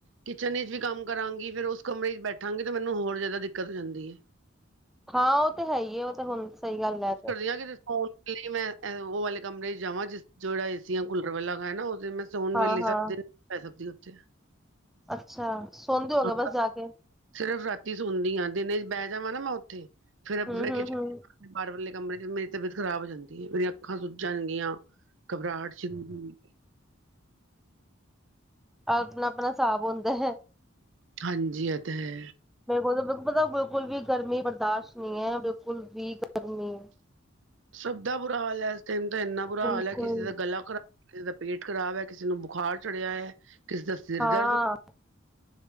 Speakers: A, on the right (about 70°); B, in the centre.
A: ਕਿਚਨ 'ਚ ਵੀ ਕੰਮ ਕਰਾਂਗੀ, ਫਿਰ ਉਸ ਕਮਰੇ 'ਚ ਬੈਠਾਂਗੀ ਤੇ ਮੈਨੂੰ ਹੋਰ ਜਾਦਾ ਦਿੱਕਤ ਜਾਂਦੀ ਏ।
B: ਹਾਂ ਉਹ ਤੇ ਹੈਹੀ ਏ, ਉਹ ਤੇ ਹੁਣ ਸਹੀ ਗੱਲ ਐ।
A: ਜਾ ਕਿਤੇ ਸਕੂਲ ਲਈ ਮੈਂ ਉਹ ਵਾਲੇ ਕਮਰੇ 'ਚ ਜਾਵਾਂ, ਜਿਸ-ਜਿਹੜਾ ਏਸੀ ਯਾ ਕੂਲਰ ਵਾਲਾ ਲਗਾ ਐ ਨਾ, ਉਹਦੇ ਮੈਂ ਸੌਣ
B: ਹਾਂ
A: ਵੇਲੀ <unintelligible>
B: ਹਾਂ
A: ਸ-ਪੈ ਸਕਦੀ ਉੱਥੇ।
B: ਅੱਛਾ, ਸੋਂਦੇ
A: ਹਾਂ
B: ਹੋਗੇ ਬਸ ਜਾਕੇ?
A: ਸਿਰਫ ਰਾਂਤੀ ਸੋਂਦੀ ਆਂ, ਦਿਨੇ ਬਹਿ ਜਾਵਾਂ ਨਾ ਮੈਂ ਉੱਥੇ, ਫਿਰ-ਫਿਰ
B: ਹੂੰ ਹੂੰ
A: ਕਿਚ
B: ਹੂੰ
A: ਬਾਹਰ ਵਿਲੇ ਕਮਰੇ'ਚ ਮੇਰੀ ਤਬੀਅਤ ਖਰਾਬ ਹੋ ਜਾਂਦੀ, ਮੇਰੀਆਂ ਅੱਖਾਂ ਸੁੱਜ ਜਾਣ ਗੀਆ। ਘਬਰਾਹਟ ਸ਼ਿੜੁਗੀ।
B: ਅਪਨਾ-ਆਪਨਾ ਸ੍ਹਾਬ ਹੁੰਦੈ।
A: ਹਾਂਜੀ, ਇਹ ਤ ਹੈ।
B: ਮੇਰੇ ਕੋਲ ਬ-ਪਤਾ ਬਿਲਕੁਲ ਵੀ ਗਰਮੀ ਬਰਦਾਸ਼ਤ ਨਹੀਂ ਏ, ਬਿਲਕੁਲ ਵੀ, ਗਰਮੀ।
A: ਸਭ ਦਾ ਬੁਰਾ ਹਾਲ ਐ, ਇਸ ਟਾਈਮ ਤਾ ਇੰਨਾ ਬੁਰਾ
B: ਬਿਲਕੁਲ
A: ਹਾਲ ਹੈ, ਕਿਸੇ ਦਾ ਗਲਾ ਖਰਾਬ ਕਿਸੇ ਦਾ ਪੇਟ ਖ਼ਰਾਬ ਐ, ਕਿਸੇ ਨੂੰ ਬੁਖਾਰ ਚੜਿਆ ਐ, ਕਿਸੇ ਦਾ ਸਿਰ
B: ਹਾਂ
A: ਦਰਦ।